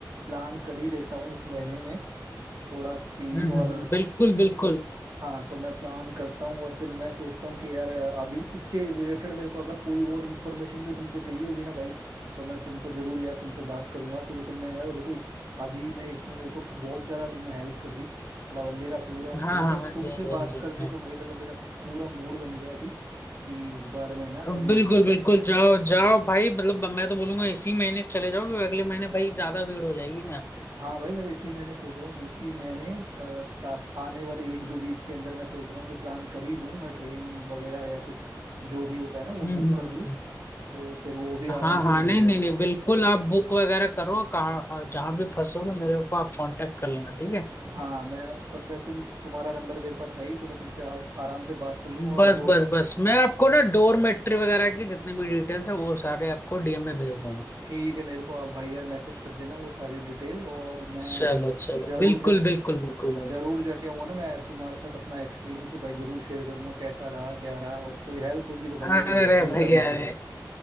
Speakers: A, on the right (about 60°); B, on the left (about 30°).
A: प्लान कर ही लेता हूँ इस महीने में थोड़ा कि
B: हम्म,
A: और
B: हम्म, बिल्कुल बिल्कुल
A: हाँ तो मैं प्लान करता हूँ और फिर मैं सोचता हूँ कि यार अभी इसके रिलेटेड मेरे को अगर कोई और इन्फॉर्मेशन भी तुमसे चाहिए होगी ना भाई तो मैं तुमको जरूर यार तुमसे बात करूंगा क्योंकि तुमने यार देखो इस अभी मैं इसमें मेरे को बहुत ज्यादा तुमने हेल्प कर दी मतलब अब मेरा पूरा
B: हाँ
A: तुमसे
B: हाँ हाँ
A: तुमसे
B: जी हाँ जी
A: बात
B: हाँ
A: करके तो
B: जी
A: भाई मतलब मेरा पूरा मूड बन गया अभी कि इस बार में है ना
B: हाँ
A: अभी
B: बिल्कुल बिल्कुल जाओ जाओ भाई मतलब मैं तो बोलूंगा इसी महीने चले जाओ क्योंकि अगले महीने भाई ज्यादा भीड़ हो जाएगी ना
A: हाँ भाई मैं तो इसी महीने सोच रहा हूँ कि इसी महीने अ, आ- आने वाले एक दो वीक के अंदर मैं सोच रहा हूँ कि प्लान कर ही लूँ मैं ट्रेन वगैरह या कुछ जो भी होता है ना वो
B: हम्म
A: बुक कर
B: हम्म,
A: लूँ
B: हम्म।
A: तो फिर वो भी
B: हाँ
A: आराम से
B: हाँ
A: मिल
B: नहीं
A: जाएगी
B: नहीं नहीं बिल्कुल आप बुक वगैरह करो कहाँ हाँ, जहाँ भी फंसोगे मेरे को आप कांटेक्ट कर लेना ठीक है
A: हाँ मैं और मैं तुम तुम्हारा नंबर मेरे पास है ही तो मैं तुमसे आप आराम से बात कर लूँगा और
B: बस
A: जो
B: बस बस मैं आपको ना डोरमेट्री वगैरह की जितनी भी डिटेल्स है वो सारे आपको डीएम में भेज दूंगा
A: ठीक है मेरे को आप भाई यार मैसेज कर देना वो सारी डिटेल और मैं
B: चलो चलो
A: जरूर
B: बिल्कुल
A: जब
B: बिल्कुल बिल्कुल भाई
A: जरूर जाके आऊँगा ना मैं तुम्हारे साथ अपना एक्सपीरियंस भी भाई जरूर शेयर करूंगा कैसा रहा क्या रहा और कोई हेल्प होगी तो भाई
B: अरे
A: वो तो हो ही
B: भाई
A: करने
B: अरे
A: के लिए